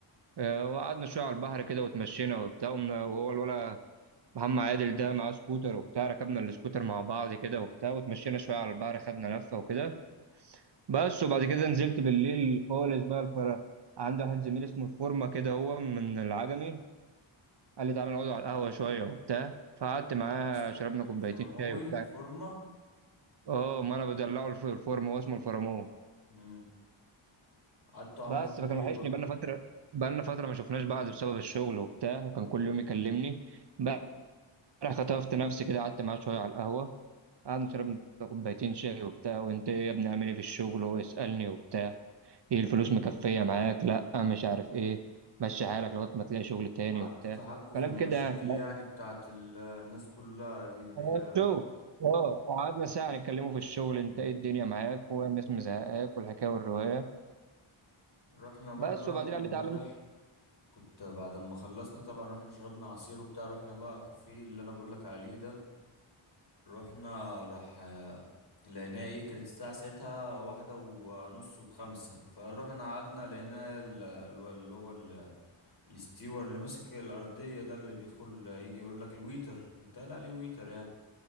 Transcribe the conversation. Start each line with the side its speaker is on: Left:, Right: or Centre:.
Right: آه، وقعدنا شويه على البحر كده وتمشينا وبتاع قمنا- وهو الولا محمد عادل ده معاه سكوتر وبتاع ركبنا السكوتر مع بعض كده وبتاع وتمشينا شويه على البحر خدنا لفه وكده بس وبعد كده نزلت بالليل خالص بقى الفرح عندي واحد زميل اسمه الفورمة كده هو من العجمي قال لي تعالى نقعد على القهوة شوية وبتاع فقعدت معاه
Left: اسمه
Right: شربنا
Left: الفرماوي
Right: كوبايتين شاي وبتاع
Left: الفورمة
Right: اه ما انا بدلعه الف- الفورمة هو اسمه الفرمون
Left: مم. قعدت عملته
Right: بس فكان
Left: ايه
Right: وحشني
Left: بقى
Right: بقالنا فترة بقالنا فترة ما شفناش بعض بسبب الشغل وبتاع وكان كل يوم يكلمني بقى خطفت نفسي كده قعدت معاه شوية على القهوة قعدنا شربنا كوبايتين شاي وبتاع وانت إيه يا ابني عامل ايه في الشغل وهو يسألني وبتاع ايه الفلوس مكفية معاك لا مش عارف ايه مشي حالك لغاية ما تلاقي شغل تاني
Left: قعدت
Right: وبتاع
Left: تحكوا
Right: كلام
Left: في المشاكل
Right: كده يعني لا،
Left: يعني بتاعت ال- الناس كلها دي اللي
Right: هو
Left: هي
Right: الشغل اه قعدنا ساعة نتكلموا في الشغل انت
Left: مم.
Right: ايه الدنيا معاك والناس مزهقاك والحكاية والرواية
Left: رحنا برضو
Right: بس وبعدين
Left: احنا
Right: قال
Left: امبارح
Right: لي تعالى
Left: كنت بعد ما خلصنا طبعا رحنا شربنا عصير وبتاع رحنا بقى كافيه اللي انا بقولك عليه ده رحنا راح لقيناها ايه كانت الساعة ساعتها واحدة ونص وخمسة فروحنا قعدنا لقينا ال- ال- اللي هو ال- الاستيور اللي ماسك الأرضية ده اللي بيدخل يجي يقول لك الويتر بيتقال عليه ويتر يعني